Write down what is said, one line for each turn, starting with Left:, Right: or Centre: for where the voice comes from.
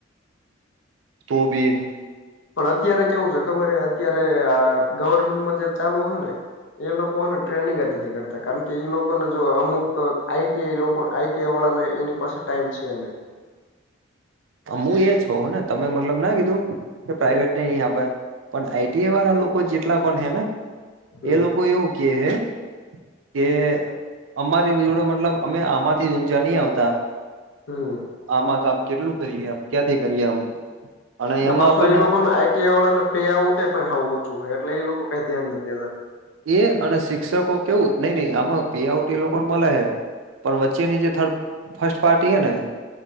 Right: તોબીન.
Left: પણ અત્યારે કેવું છે ખબર હ અત્યારે ગવર્મેન્ટમાં જે ચાલુ હને એ લોકો હને ટ્રેનિંગ જ નથી કરતા કારણ કે ઈ લોકોને જો અમુક આઈટીઆઈ લોકોન આઈ કેવાળા ને એની પાસે ટાઈમ છે નહી.
Right: હું એ છઉ ને તમે મતલબ ના કીધું કે પ્રાઈવેટ
Left: હમ
Right: ન આપે. પણ આઈટીઆ વાળા લોકો જેટલા પણ હે ને
Left: હમ
Right: એ લોકો એવું કે હે કે અમારી જોડો મતલબ અમે આમાંથી ઊંચા ની આવતા.
Left: હમ.
Right: આમા કામ કેટલું કરીએ આમ ક્યાંથી કરીએ આમ.
Left: અને
Right: એમાં
Left: પાછું
Right: પણ
Left: એ લોકોને આઈટીઆઈ વાળાને પે આઉટ પણ હું ઓછું હોય એટલે એ લોકો કઈ ધ્યાન નથી દેતા.
Right: એ અને શિક્ષકો કેવું નઈ નઈ આમાં પીઆઉટ એ લોકોન મલહે. પણ વચ્ચેની જે થર્ડ ફર્સ્ટ પાર્ટી હેને.